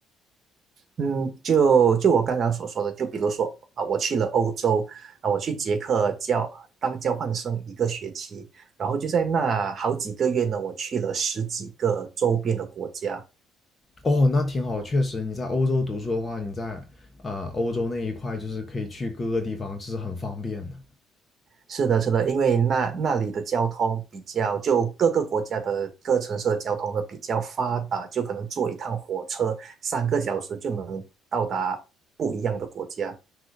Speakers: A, on the right; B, on the left.
A: 嗯，就就我刚刚所说的，就比如说啊，我去了欧洲啊，我去捷克交当交换生一个学期，然后就在那好几个月呢，我去了十几个周边的国家。
B: 哦，那挺好，确实你在欧洲读书的话，你在呃欧洲那一块就是可以去各个地方，这是很方便的。
A: 是的，是的，因为那那里的交通比较，就各个国家的各城市的交通呢比较发达，就可能坐一趟火车三个小时就能到达不一样的国家。